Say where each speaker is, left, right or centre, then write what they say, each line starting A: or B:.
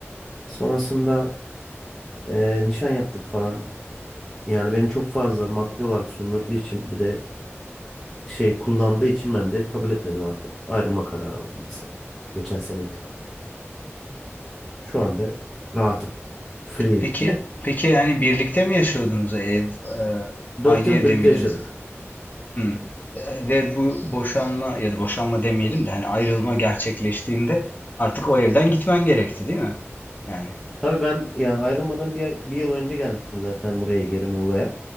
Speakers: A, in the centre; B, on the left.
A: Sonrasında e, nişan yaptık falan. Yani beni çok fazla maddi olarak sömürdüğü için bir de şey kullandığı için ben de kabul etmedim artık. Ayrılma kararı aldım mesela. Geçen sene itibariyle. Şu anda rahatım. Free'yim.
B: Peki peki yani birlikte mi yaşıyordunuz ev e, aynı
A: dört yıl
B: evde
A: birlikte
B: miydiniz?
A: yaşadık.
B: Hımm. Eee, ve bu boşanma ya da boşanma demeyelim de, hani, ayrılma gerçekleştiğinde artık o evden gitmen gerekti, değil mi? Yani.
A: Tabii ben yani ayrılmadan bir, bir yıl önce gelmiştim zaten buraya geri Muğla'ya.